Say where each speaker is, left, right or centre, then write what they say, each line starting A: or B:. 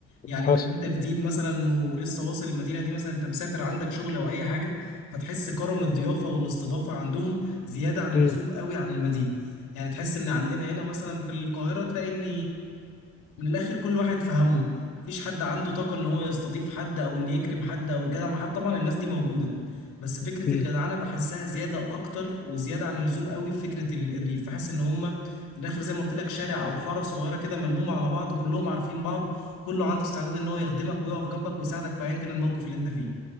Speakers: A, on the left; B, on the left.
A: يعني
B: حصل
A: لو انت جديد مثلا ولسه واصل المدينة دي مثلا انت مسافر عندك شغل او اي حاجة فتحس كرم الضيافة والاستضافة عندهم زيادة عن اللزوم
B: مم.
A: قوي عن المدينة يعني تحس ان عندنا هنا مثلا في القاهرة تلاقي ان من الاخر كل واحد في همه مفيش حد عنده طاقه ان هو يستضيف حد او ان يكرم حد او يجدع مع حد طبعا الناس دي موجوده بس فكره
B: مم.
A: الجدعنه بحسها زياده اكتر وزياده عن اللزوم قوي في فكره ال- الريف بحس ان هم من الاخر زي ما قلت لك شارع او حاره صغيره كده ملمومه على بعض كلهم عارفين بعض كله عنده استعداد ان هو يخدمك ويقف جنبك ويساعدك في ايا كان الموقف اللي انت فيه